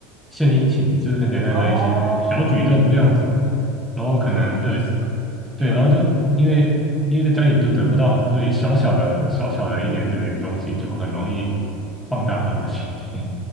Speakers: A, in the centre; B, on the right.
A: 献殷勤，就是很简单的一些小举动这样子，
B: 哦，
A: 然后可能对
B: 我知道你的意思了。
A: 对，
B: Yeah
A: 然后就因为因为在家里都得不到嘛，所以小小的小小的一点这点东西就很容易放大他们的情绪。